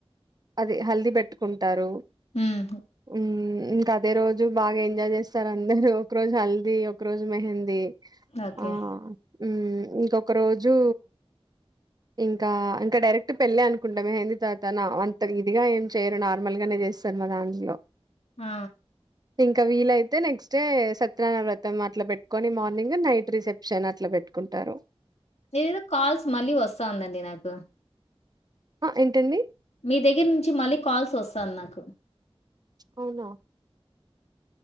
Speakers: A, on the right; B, on the left.
A: అద్ హల్ది పెట్టుకుంటారు
B: హ్మ్.
A: ఉ ఇంకా అదే రోజు బాగా ఎంజాయ్ చేస్తారు అందరు ఒక రోజు హల్దీ ఒక రోజు మెహందీ
B: ఓకే.
A: ఆ ఉ ఇంకొక రోజు ఇంకా ఇంకా డైరెక్ట్ పెళ్ళి అనుకుంటాం మెహందీ తర్వాత నా అంత ఇదిగా ఏం చేయరు నార్మల్ గానే చేస్ తర్ మా దాంట్లో
B: ఆ
A: ఇంకా వీలైతే నెక్స్ట్ డే సత్యనారాయణ వ్రతం అట్లా పెట్టుకొని మార్నింగ్ నైట్ రిసెప్షన్ అట్ల పెట్టుకుంటారు
B: ఇది ఏదో కాల్స్ మళ్ళీ వస్తాందండి నాకు
A: ఆ ఏంటండి
B: మీ దగ్గర నుంచి మళ్ళీ కాల్స్ వస్తంది నాకు
A: అవునా